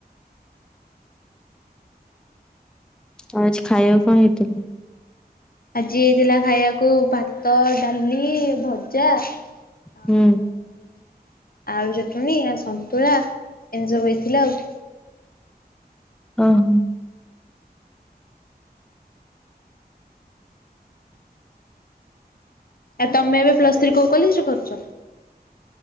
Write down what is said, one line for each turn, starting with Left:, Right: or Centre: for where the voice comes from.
Centre: ଆଉ ଆଜି ଖାଇବାକୁ କଣ ହେଇଥିଲା?
Left: ଆଜି ହେଇଥିଲା ଖାଇବାକୁ ଭାତ, ଡାଲି, ଭଜା ଆଉ
Centre: ହୁଁ
Left: ଆଳୁ ଚଟଣି ଆଉ ସନ୍ତୁଳା ଏମତି ସବୁ ହେଇଥିଲା ଆଉ।
Centre: ଓହୋ।
Left: ଆଉ ତମେ ଏବେ ପ୍ଲସ୍ ଥ୍ରୀ କୋଉ କଲେଜ ରେ କରୁଛ?